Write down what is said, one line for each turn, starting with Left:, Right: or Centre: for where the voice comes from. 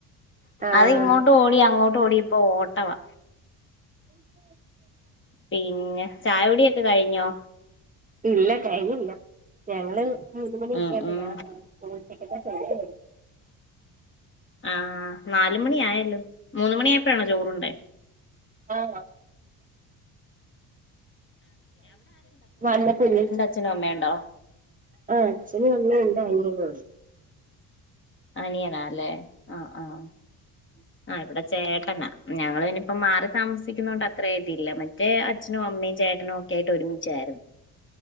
Right: ആഹ്
Left: അതിങ്ങോട്ടോടി അങ്ങോട്ടോടി ഇപ്പോ ഓട്ടവാ
Right: ഉ
Left: പിന്നെ ചായകുടിയൊക്കെ കഴിഞ്ഞോ?
Right: ഇല്ല കഴിഞ്ഞില്ല ഞങ്ങള് മൂന്ന് മണിയൊക്കാവുമ്പളാ
Left: ഉം ഉം
Right: ഉച്ചക്കത്തെ ചോറ്
Left: ആഹ് നാല് മണിയായല്ലോ മൂന്ന്മണിയാവ്മ്പഴാണോ ചോറ്ണ്ടെ
Right: ആഹ വന്നപ്പനി <unintelligible>
Left: അച്ഛനമ്മേണ്ടോ?
Right: ആഹ് അച്ഛനമ്മേണ്ട് അനിയനൂണ്ട്
Left: അനിയനാല്ലേ ആഹ് ആഹ് ആ ഇവിടെ ചേട്ടനാ ഞങ്ങള്നിപ്പോ മാറി താമസിക്കുന്നോണ്ട് അത്രഇതില്ല ഒക്കെ അച്ഛനും അമ്മയും ചേട്ടനൊക്കെയാ യിട്ട് ഒരുമിച്ചായിര്ന്ന്